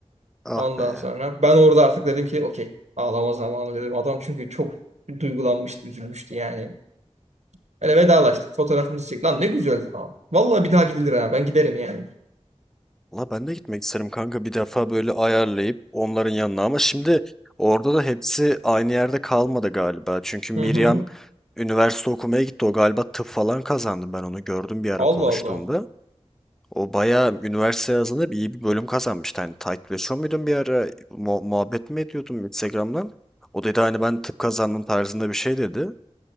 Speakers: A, in the centre; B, on the right.
A: Ah
B: Ondan
A: be.
B: sonra ben orada artık dedim ki okey ağlama zamanı dedim. Adam çünkü çok duygulanmıştı, üzülmüştü yani. Öyle vedalaştık. Fotoğrafımızı çektik. Lan ne güzeldi abi. Vallahi bir daha gidilir ha. Ben giderim yani.
A: La ben de gitmek isterim kanka bir defa böyle ayarlayıp onların yanına ama şimdi orada da hepsi aynı yerde kalmadı galiba. Çünkü Miriam
B: Hı hı.
A: üniversite okumaya gitti. O galiba tıp falan kazandı. Ben onu gördüm bir ara
B: Allah
A: konuştuğumda.
B: Allah.
A: O bayağı üniversite yazında bir iyi bir bölüm kazanmıştı. Hani takipleşiyor muydun bir ara? Mu- muhabbet mi ediyordum Instagram'dan? O dedi hani ben tıp kazandım tarzında bir şey dedi.